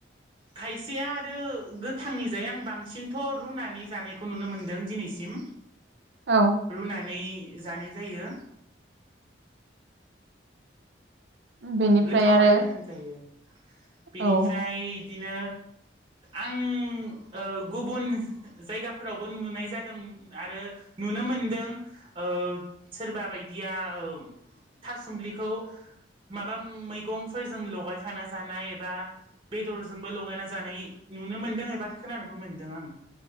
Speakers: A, on the right; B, on the right.
A: खायसेया आरो गोथांनि जाय आं बांसिनथ' रुनानै जानायखौ नुनो मोनदों दिनैसिम।
B: औ
A: रुनानै इ जानाय जायो।
B: बेनिफ्राय
A: गोथावानो
B: आरो
A: होनजायो बेनिफ्राय
B: औ
A: इदिनो आं ओ गुबुन जायगाफोरावबो नुनाय जादों आरो नु नुनो मोनदों ओ सोरबा बायदिया ओ थासुमब्लिखौ माबा मैगंफोरजों लगायफाना जानाय एबा बेदरजोंबो लगायना जानाय नुनो मोनदों एबा खोनानोबो मोनदों आं।